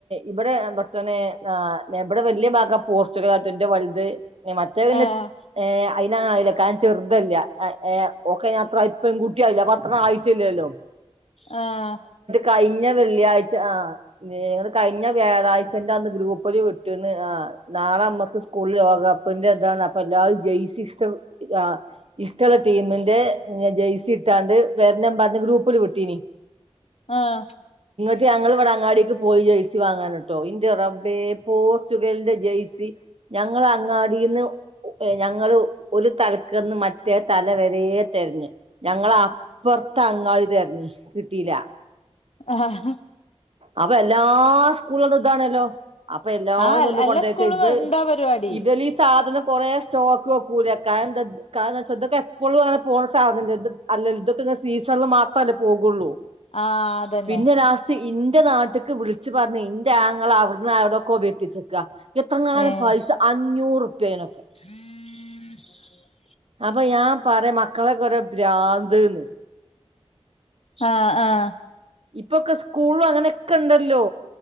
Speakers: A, on the right; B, on the left.
A: ഇബടെ ആ പടച്ചോനെ ആഹ് ഇബടെ വല്ല്യ ഭാഗ പോർച്ചുഗലാട്ടൊ ഇന്റെ വല്ത് ഇഞ്ഞ് മറ്റേതിന്
B: ആഹ്
A: ഏഹ് ആയിനാ അയിനേക്കാലും ചെറുതല്ല്യ ആഹ് ഏയ് ഓക്കയിനാത്രായി പെങ്കുട്ടിയായില്ലേ അപ്പത്രായിട്ടില്ലല്ലോ
B: ആഹ്
A: കഴിഞ്ഞ വെള്ളിയാഴ്ച ആഹ് ഇമ്മേ ഇങ്ങള് കഴിഞ്ഞ വ്യാഴാഴ്ചന്റെ അന്ന് ഗ്രൂപ്പില് വിട്ടിണ് ആഹ് നാളെ നമ്മക്ക് സ്കൂള്ല് ലോകകപ്പിന്റെ ഇതാണ് അപ്പല്ലാരും ജെയസി ഇഷ്ട ആ ഇഷ്ടള്ള ടീമിന്റെ ഏഹ് ജെയ്സി ഇട്ടാണ്ട് വെര്ണം പറഞ്ഞ് ഗ്രൂപ്പില് വിട്ടീനി
B: ആഹ്
A: പക്ഷെ ഞങ്ങളിവിടെ അങ്ങാടേക്ക് പോയി ജേഴയ്സി വാങ്ങാനേട്ടോ, ഇന്റെ റബ്ബേ പോർച്ചുഗലിന്റെ ജേഴയ്സി ഞങ്ങള് അങ്ങാടിന്ന് ഞങ്ങള് ഒരു തലക്കന്ന് മറ്റേ തലവ വ റേ തെരഞ്ഞ് ഞങ്ങള് അപ്പുറത്തെ അങ്ങാടി തെരഞ്ഞി കിട്ടീല
B: ആഹ്
A: അപ്പൊ എല്ലാ സ്കൂളുകളിലും ഇതാണെല്ലോ അപ്പൊ എല്ലാരും
B: ആഹ്
A: വന്ന്
B: എല്ലാ
A: കൊണ്ടോയി
B: സ്കൂളും ഇണ്ടാ പരിപാടി
A: ഇവലി സാധാനം കുറെ സ്റ്റോക്ക് വെക്കൂല കാരഎന്താ കാരണവെച്ചാ ഇതൊക്കെ എപ്പോളും അങ്ങനെ പോണ സാധനണ്ട് ഇത്‌ അല്ല ഇതൊക്കെ ഇങ്ങനെ സീസണില് മാത്രല്ലേ പോകുള്ളൂ
B: ആഹ് അതന്നെ
A: പിന്നെ ലാസ്റ്റ് ഇന്റെ നാട്ടക്ക് വിളിച്ച്ച് പറഞ്ഞ് ഇന്റെ ആങ്ങള അവിടുന്ന് അവിടൊക്കെ എത്തിച്ചേക്ക എത്ര ങ്ങാനം
B: ഏഹ്
A: പൈസ അഞ്ഞൂറു പേന
B: <inaudible>
A: അപ്പൊ ഞാൻ പറ മക്കളൊക്കെ ഒരെ ബ്രാന്ത്‌ന്ന്
B: ആഹ് ആഹ്
A: ഇപ്പൊക്കെ സ്കൂളും അങ്ങനെക്കെണ്ടല്ലോ